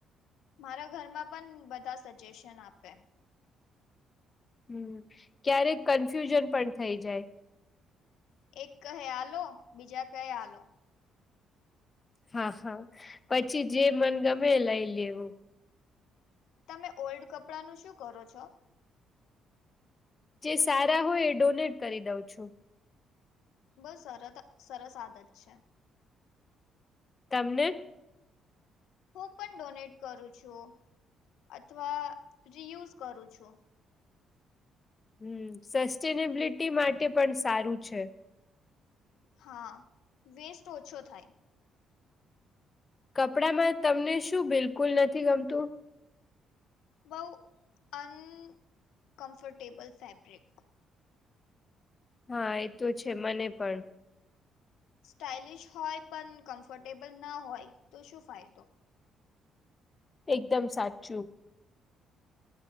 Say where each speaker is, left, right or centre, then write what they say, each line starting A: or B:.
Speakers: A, on the left; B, on the left.
A: મારા ઘરમાં પણ બધા સજેશન આપે
B: હમ ક્યારેક કન્ફ્યુઝન પણ થઇ જાય
A: એક કહે આલો બીજા કહે આલો
B: હા હા પછી જે મન ગમે લઈ લેવું
A: તમે ઓલ્ડ કપડા નું શું કરો છો
B: જે સારા હોય એ ડોનેટ કરી દઉં છો
A: બહ સર સરસ આદત છે.
B: તમને.
A: હું પણ ડોનેટ કરું છું. અથવા રિયુઝ કરું છુ.
B: હમ સસ્ટેનેબિલિટી માટે પણ સારું છે.
A: હા વેસ્ટ ઓછો થાય.
B: કપડા માં તમને શું બિલકુલ નથી ગમતું.
A: બહુ અનકમ્ફર્ટેબલ ફેબ્રિક.
B: હા એ તો છે મને પણ.
A: સ્ટાઇલિશ હોય પણ કમ્ફર્ટેબલ ના હોય તો શું ફાયદો.
B: એકદમ સાચું.